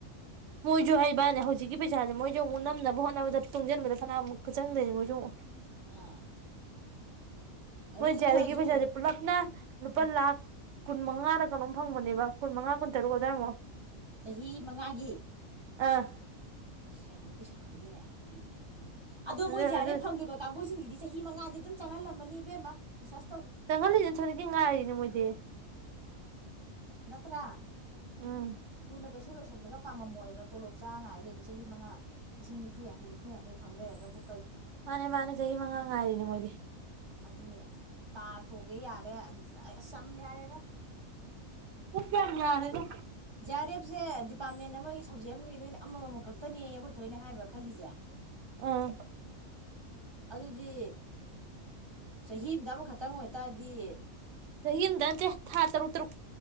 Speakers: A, on the right (about 70°); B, on the right (about 35°).
A: ꯃꯣꯏꯖꯨ ꯍꯩꯕꯅꯦ ꯍꯧꯖꯤꯛꯀꯤ ꯄꯩꯁꯥꯥꯁꯦ ꯃꯣꯏꯖꯨ ꯑꯃꯨꯛ ꯅꯝꯅꯕ ꯍꯣꯠꯅꯕꯗ ꯇꯨꯡꯖꯟꯕꯗ ꯐꯅꯝꯃꯨꯛꯀ ꯆꯪꯗꫭꯏꯅꯦ ꯃꯣꯏꯖꯨ ꯑꯃꯨꯛ
B: ꯑꯥ ꯑꯗꯨꯗꯤ
A: ꯃꯣꯏ ꯖꯤ
B: ꯈꯔꯁꯨ
A: ꯑ꯭ꯔ ꯑꯦꯐ ꯄꯩꯁꯥꯁꯦ ꯄꯨꯂꯞꯅ ꯂꯨꯄꯥ
B: ꯎꯝ
A: ꯂꯥꯛ ꯀꯨꯟ ꯃꯉꯥꯔ ꯀꯩꯅꯣꯝ ꯐꯪꯕꯅꯦꯕ ꯀꯨꯟ ꯃꯉꯥ ꯀꯨꯟ ꯇꯔꯨꯛ ꯑꯗꯨꯋꯥꯏꯃꯨꯛ
B: ꯆꯍꯤ ꯃꯉꯥꯒꯤ
A: ꯑꯥ
B: ꯑꯁ ꯌꯥꯝꯃꯤ <unintelligible> ꯑꯗꯣ
A: ꯑꯗꯨ
B: ꯃꯣꯏ ꯖꯤꯌꯥꯔꯦꯞ
A: ꯑꯗꯨ
B: ꯐꯪꯒꯤꯕ ꯀꯥꯡꯕꯨꯁꯤꯡꯁꯤꯗꯤ ꯆꯍꯤ ꯃꯉꯥꯗꯤ ꯗꯨꯝ ꯆꯪꯍꯜꯂꯝꯃꯅꯤ ꯏꯕꯦꯝꯃ ꯔꯤꯁꯁ
A: ꯆꯪꯍꯜꯂꯤꯅꯤ ꯊꯣꯏꯅꯀꯤ ꯉꯥꯏꯔꯤꯅꯦ ꯃꯣꯏꯗꯤ
B: ꯅꯠꯇ꯭ꯔ
A: ꯎꯝ
B: ꯊꯨꯅ ꯀꯩꯁꯨ ꯂꯣꯏꯁꯟꯕꯒ ꯄꯥꯝꯃꯝꯃꯣꯏꯕ ꯇꯣꯂꯣꯞ ꯆꯥ ꯉꯥꯏ ꯂꯩꯕ ꯆꯍꯤ ꯃꯉꯥ ꯂꯤꯁꯤꯡ ꯅꯤꯐꯨ ꯌꯥꯡꯈꯩ ꯅꯤꯐꯨ ꯌꯥꯡꯈꯩ ꯐꯪꯂꯩꯔꯒꯕꯨ
A: ꯃꯥꯅꯦ ꯃꯥꯅꯦ ꯆꯍꯤ ꯃꯉꯥꯡꯉꯏꯔꯤꯅꯦ ꯃꯣꯏꯗꯤ
B: ꯑꯗꯨꯅꯦ ꯀꯥꯔ ꯇꯣꯒꯦ ꯌꯥꯔꯦ ꯑꯁ ꯆꯝ ꯌꯥꯔꯦꯗ
A: <unintelligible> ꯌꯥꯔꯦꯗ
B: ꯔꯦꯞꯁꯦ ꯗꯤꯞ ꯄꯥꯃꯦꯟ ꯑꯃꯒꯤ ꯁꯞꯖꯦꯛ ꯑꯃꯒꯤ ꯅꯣꯏꯅ ꯑꯃꯃꯝꯃꯝ ꯈꯛꯇꯅꯦꯌꯦ ꯑꯈꯣꯏ ꯊꯣꯏꯅ ꯍꯥꯏꯕ ꯈꯜꯂꯤꯖꯦ
A: ꯑꯥ
B: ꯑꯗꯨꯗꯤ ꯆꯍꯤꯝꯗ ꯑꯃꯈꯠ ꯇꯪ ꯑꯣꯏꯇꯥꯗꯤ
A: ꯆꯍꯤꯝꯗꯅꯠꯇꯦ ꯊꯥ ꯇꯔꯨꯛ ꯇꯔꯨꯛ